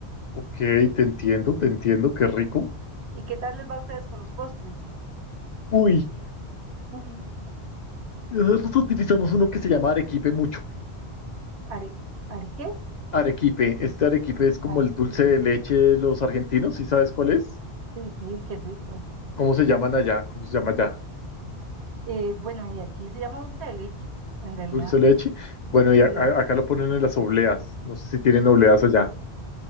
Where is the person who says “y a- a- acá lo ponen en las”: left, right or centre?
Left